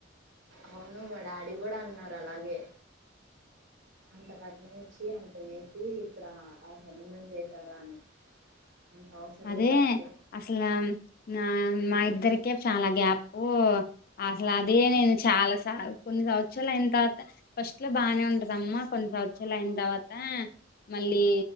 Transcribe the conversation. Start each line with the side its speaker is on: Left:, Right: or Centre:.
Right: అవును మా డాడీ గుడా అన్నారు అలాగే అంత కట్నం ఇచ్చి అంత చేసి ఇప్పుడు ఆ సంబంధం చేసారా అని అంత అవసరం
Left: అదే
Right: లేదు అసల
Left: అసల మ్ నా మా ఇద్దరికే చాలా గ్యాపు అసలే అదే నేను చాలా సార్లు అనుకున్న కొన్ని సంవత్సరాలు అయినా తర్వాత ఫస్ట్ లో బానే ఉంటదమ్మా కొన్ని సంవత్సరాలు అయిన తర్వాత మళ్ళీ